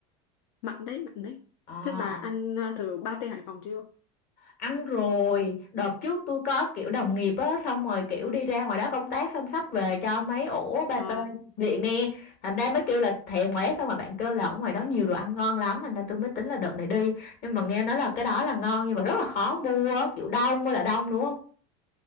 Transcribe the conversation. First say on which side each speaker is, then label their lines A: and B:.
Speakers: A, on the left (about 65°); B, on the left (about 50°).
A: mặn đấy mặn đấy
B: ờ
A: thế bà ăn à, thử ba tê Hải Phòng chưa
B: Ăn rồi, đợt trước tôi có kiểu đồng nghiệp á, xong rồi kiểu đi ra ngoài đó công tác xong xách về cho mấy ổ pate
A: ờ
B: điện nè. Thành ra mới kêu là thèm quá, xong rồi bạn kêu là ở ngoài đó nhiều đồ ăn ngon lắm, thành ra tôi mới tính là đợt này đi. Nhưng mà nghe nói là cái đó là ngon nhưng mà rất là khó mua, á, kiểu đông mới là đông đúng không?